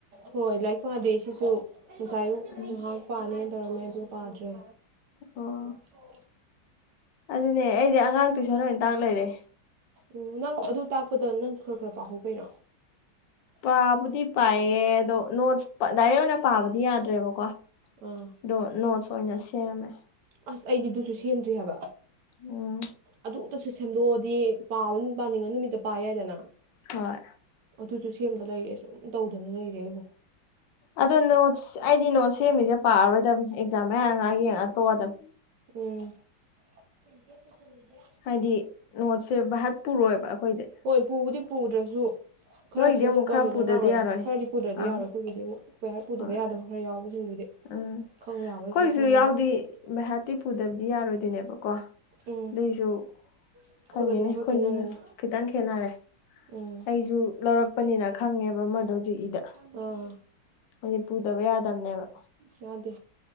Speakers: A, on the right; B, on the left.
A: ꯍꯣꯏ ꯂꯥꯏꯔꯤꯛ ꯄꯥꯗꯦ ꯁꯤꯁꯨ ꯑꯣꯖꯥ ꯑꯨꯛ
B: ꯎꯝ
A: ꯉꯥꯏꯍꯥꯛ ꯄꯥꯅꯦꯅ ꯇꯧꯔꯝꯃꯦ ꯑꯗꯨ ꯄꯥꯗ꯭ꯔꯦ
B: ꯑꯣ
A: ꯑꯣ
B: ꯑꯗꯨꯅꯦ ꯑꯩꯗꯤ ꯑꯉꯥꯡꯇꯨꯁꯟ ꯂꯣꯏ ꯇꯥꯛ ꯂꯩꯔꯦ
A: ꯎꯝ ꯅꯪ ꯑꯗꯨ ꯇꯥꯛꯄꯗ ꯅꯪꯁꯨ ꯈꯔ ꯈꯔ ꯄꯥꯍꯧꯀꯩꯅꯣ
B: ꯄꯥꯕꯨꯗꯤ ꯄꯥꯏꯌꯦ ꯑꯗꯣ ꯅꯣꯠꯁ ꯗꯥꯏꯔꯦꯛ ꯑꯣꯏꯅ ꯄꯥꯕꯗꯤ ꯌꯥꯗ꯭ꯔꯦꯕꯀꯣ
A: ꯑꯥ
B: ꯑꯗꯣ ꯅꯣꯠꯁ ꯑꯣꯏꯅ ꯁꯦꯝꯃꯦ
A: ꯑꯁ ꯑꯩꯗꯤ ꯑꯗꯨꯁꯨ ꯁꯦꯝꯗ꯭ꯔꯤ ꯍꯥꯏꯕ
B: ꯎꯝ
A: ꯑꯗꯨꯇꯁꯨ ꯁꯦꯝꯗꯣꯛꯑꯗꯤ ꯄꯥꯕ ꯄꯥꯅꯤꯡꯉ ꯅꯨꯃꯤꯠꯇ ꯄꯥ ꯌꯥꯏꯗꯅ
B: ꯍꯣꯏ
A: ꯑꯗꯨꯁꯨ ꯁꯦꯝꯗ ꯂꯩꯔꯦ ꯁꯨꯝ ꯇꯧꯗꯅ ꯂꯩꯔꯦ ꯑꯩꯕꯨ
B: ꯑꯗꯣ ꯅꯣꯠꯁ ꯑꯩꯗꯤ ꯅꯣꯠꯁ ꯁꯦꯝꯃꯤꯁꯦ ꯄꯥꯔꯔꯣꯏꯗꯕꯅꯤ ꯑꯦꯛꯖꯥꯝ ꯃꯌꯥꯅ ꯉꯥꯏꯛ ꯌꯦꯡꯉ ꯇꯣꯛ ꯑꯗꯝ
A: ꯎꯝ <inaudible>
B: ꯍꯥꯏꯗꯤ ꯅꯣꯠꯁꯦ ꯚꯥꯠ ꯄꯨꯔꯣꯏꯕ ꯑꯩꯈꯣꯏꯗꯤ
A: ꯍꯣꯏ ꯄꯨꯕꯨꯗꯤ ꯄꯨꯗ꯭ꯔꯁꯨ ꯈꯔ
B: ꯅꯣꯏꯒꯤꯗꯤ
A: ꯁꯦꯝꯗꯣꯛꯄ
B: ꯑꯃꯨꯛ ꯈꯔ
A: ꯑꯃꯗꯤ
B: ꯄꯨꯗ꯭ꯔꯗꯤ
A: ꯗꯔꯀꯥꯔꯑꯣꯏ
B: ꯌꯥꯔꯣꯏ
A: ꯈꯔꯗꯤ ꯄꯨꯗ꯭ꯔꯗꯤ
B: ꯑꯥ
A: ꯌꯥꯔꯣꯏ ꯑꯩꯈꯣꯏꯒꯤꯗꯤ ꯑꯃꯨꯛ ꯍꯔ ꯄꯨꯗꯕ
B: ꯍꯣꯏ
A: ꯌꯥꯗꯕ ꯈꯔ ꯌꯥꯎꯕꯁꯤꯡꯗꯨꯗꯤ
B: ꯎꯝ ꯑꯩꯈꯣꯏꯁꯨ
A: ꯈꯪꯕ ꯌꯥꯕꯩ ꯈꯔ ꯈꯪꯉꯒ
B: ꯌꯥꯎꯗꯤ ꯚꯩꯍꯥꯠꯇꯤ ꯄꯨꯗꯕꯗꯤ ꯌꯥꯔꯣꯏꯗꯣꯏꯅꯦꯕꯀꯣ
A: ꯎꯝ
B: ꯑꯗꯨꯏꯁꯨ
A: ꯑꯩꯈꯣꯏꯒꯗꯤ
B: ꯈꯪꯒꯦꯅꯦ
A: ꯑꯃꯨꯛ
B: ꯑꯩꯈꯣꯏꯒꯤꯅ
A: ꯈꯔ ꯈꯦꯠꯅꯔꯅꯤ
B: ꯈꯤꯇꯪ ꯈꯦꯠꯅꯔꯦ
A: ꯎꯝ
B: ꯑꯩꯁꯨ ꯂꯧꯔꯛꯄꯅꯤꯅ ꯈꯪꯉꯦꯕ ꯑꯃꯗꯣ ꯖꯤꯏꯗ
A: ꯑꯣ
B: ꯍꯥꯏꯗꯤ ꯄꯨꯗꯕ ꯌꯥꯗꯕꯅꯦꯕ
A: ꯌꯥꯗꯦ